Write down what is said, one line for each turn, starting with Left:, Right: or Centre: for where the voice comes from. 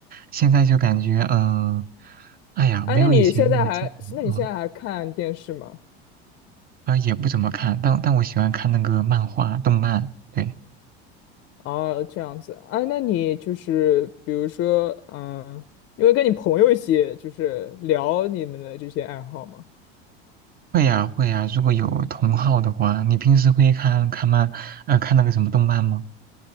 Right: 现在就感觉嗯、呃哎呀，
Left: 哎，
Right: 没有以前那么近，
Left: 那你现在还，那你现在还看电视吗？
Right: 嗯啊，也不怎么看，但但我喜欢看那个漫画、动漫。对，
Left: 啊，这样子，哎，那你就是比如说，嗯，因为跟你朋友一起就是聊你们的这些爱好吗？
Right: 会呀、会呀、如果有同好的话，你平时会看看漫，呃，看那个什么动漫吗？